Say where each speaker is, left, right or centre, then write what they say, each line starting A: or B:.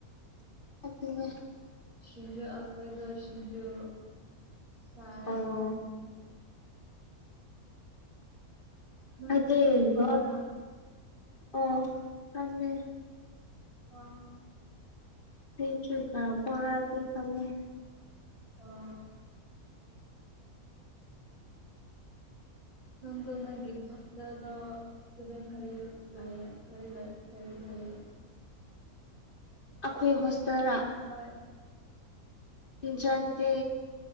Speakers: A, on the left; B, on the left.
A: ꯑꯗꯨꯅꯦ
B: ꯁꯤꯁꯤꯡꯖꯣ ꯑꯩꯈꯣꯏꯗ ꯁꯤꯁꯤꯡꯖꯨ ꯆꯥꯢ
A: ꯑꯣ
B: ꯅꯪꯗꯤ
A: ꯑꯩꯗꯤ
B: ꯁꯤꯡꯖꯨ ꯄꯥꯝꯕ꯭ꯔꯥ
A: ꯅꯣꯠ ꯑꯣ ꯈꯪꯗꯦ
B: ꯑꯣ
A: ꯁꯤꯡꯖꯨꯒ ꯕꯣꯔꯒꯤ ꯐꯝꯃꯦ
B: ꯑꯣ ꯑꯗꯣ ꯅꯪꯒꯤ ꯃꯥꯁꯇ꯭ꯔꯗꯣ ꯑꯗꯨꯗꯪ ꯀꯔꯤ ꯂꯌꯦ ꯀꯔꯤ ꯀꯔꯤ ꯂꯌꯦ <inaudible>
A: ꯑꯩꯈꯣꯏ ꯍꯣꯁꯇꯦꯜꯔ
B: ꯍꯣꯏ
A: ꯏꯁꯥꯟꯗꯤ